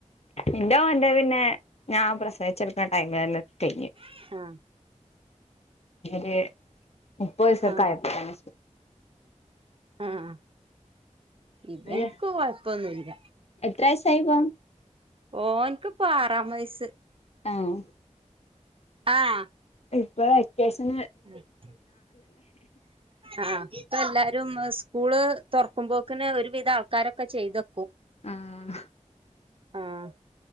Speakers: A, on the left; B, on the right.
A: ഇന്റെ മോന്റെ പിന്നെഞാൻ പ്രസവിച്ചെട്ക്കുന്ന ടൈമിലെന്നെ കൈഞ്.
B: ആഹ്
A: ഒര് മുപ്പഹീസൊക്കെ
B: ആഹ്
A: ആയപ്പോതെന്നെ
B: ആഹ് ഇബെൻക്ക്
A: ഏഹ്
B: കൊഴപ്പൊന്നുല്ല.
A: എത്ര വയസായി ഇപ്പം
B: ഓന്ക്ക്പ്പോ ആറാംവയസ്.
A: ഏഹ്
B: ആഹ്
A: ഇപ്പൊ വെക്കെശെന്
B: <unintelligible> ആഹ് ഇപ്പഎല്ലാരും സ്കൂള് തുറക്കുമ്പോക്കിന് ഒരുവിധം ആൾക്കാരൊക്കെ ചെയ്തെക്കും.
A: ആഹ്
B: ആഹ്